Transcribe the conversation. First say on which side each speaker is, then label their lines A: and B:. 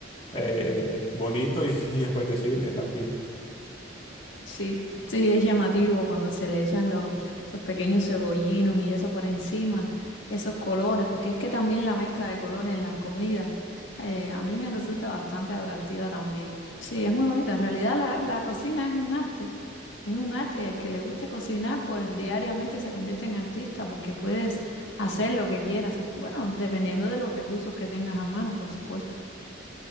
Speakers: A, on the left; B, on the left.
A: eh, bonito y, <laughs> y apetecible también.
B: Sí, sí, es llamativo cuando se le echan los, los pequeños cebollinos y eso por encima, esos colores, porque es que también la mezcla de colores en las comidas, eh, a mí me resulta bastante atractiva también. Sí, es muy bonito. En realidad la, la cocina es un arte, es un arte y al que le guste cocinar, pues diariamente se convierte en artista porque puedes hacer lo que quieras. Bueno, dependiendo de los recursos que tengas a mano, por supuesto.